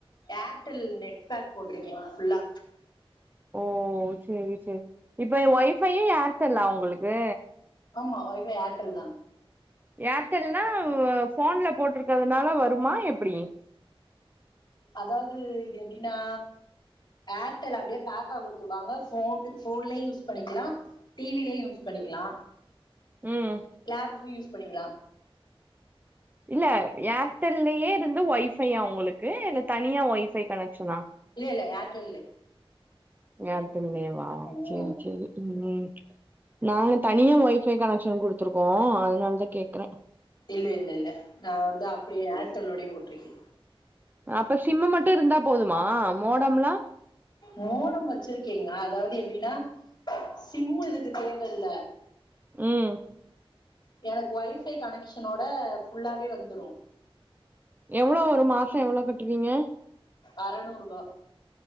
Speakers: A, on the left (about 45°); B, on the right (about 20°).
A: ஏர்டெல் நெட் பேக் போட்டிருக்கே ஃபுல்லா
B: ஓ சேரி சேரி இப்ப வொஃபைய்யே ஏர்டெல்லா உங்களுக்கு
A: ஆமா வைஃபை ஏர்டெல் தா
B: ஏர்டெல்னா ஃபோன்ல போட்ருக்கதுனால வருமா எப்டி
A: அதாவது இது எப்டின்னா ஏர்டெல் அப்படியே பேக்கா குடுத்துருப்பாங்க ஃபோன் ஃபோன்லையூ யூஸ் பண்ணிக்கலா டிவிலையும் யூஸ் பண்ணிக்கலா
B: ம்
A: லேப்க்கூ யூஸ் பண்ணிக்கலா
B: இல்ல ஏர்டெல்லேயே இருந்து வைஃபையா உங்களுக்கு இல்ல தனியா வைஃபை கனெக்ஷனா
A: இல்ல இல்ல ஏர்டெல்லே
B: ஏர்டெல்மே வா
A: ம்
B: சரி சரி ம் நாங்க தனியா வைஃ வொஃபை கனெக்ஷன் குடுத்துருக்கோ அதனாலதா கேக்குறே
A: இல்ல இல்ல இல்ல நா வந்து அப்டியே ஏர்டெல்லோடே போட்டு இருக்கே
B: அப்ப ஷிம்மூ மட்டூ இருந்தா போதுமா மோடம்லா
A: மோடம் வச்சிருக்கேங்க அதாவது எப்டின்னா சிம்மு இதுக்கு தேவ இல்ல
B: ம்
A: எனக்கு வைஃபை கனெக்ஷனோட ஃபுல்லாவே வந்துரூ
B: எவ்ளோ வரூ மாசோ எவ்ளோ கட்டுவீங்க
A: அறநூர்பா